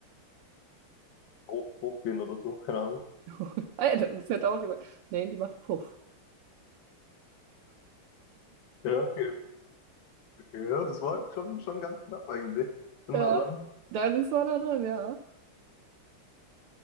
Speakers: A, on the left; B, on the right.
A: Hoch, hochgehen oder so, keine Ahnung.
B: <laughs> Alter, das hätte auch jemand. Nee, die macht Puff.
A: Ja, okay, okay, ja, das war schon, schon ganz knapp eigentlich. Bin
B: Ja,
A: nah dran.
B: dann ist man da drin, ja.